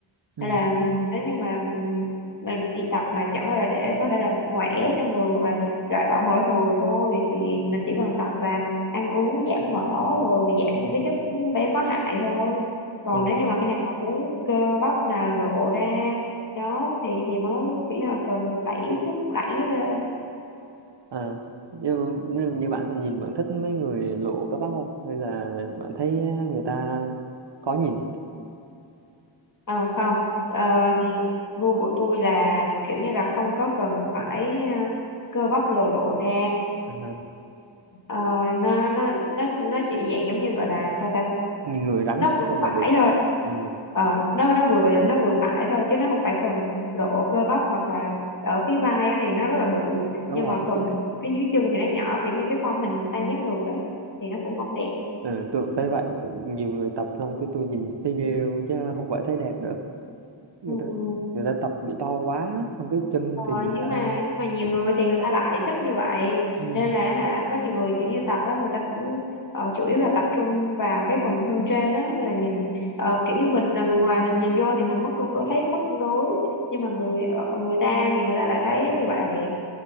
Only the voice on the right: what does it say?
Ừ.
ừ.
Ừ.
à như, như, như bạn thì nhìn bạn thích mấy người lộ cơ bắp không hay là bạn thấy à, người ta có nhìn
à,
nhìn người rắn
chắc
hay là
được
ừ.
đúng
rồi
tôi,
ừ, tôi cũng thấy vậy Tự- nhiều người tập xong cái tôi nhìn thấy ghê luôn chứ không phải thấy đẹp nữa người
ta
người ta tập bị to quá xong cái chân
thì người
ta
cũng
Ừ.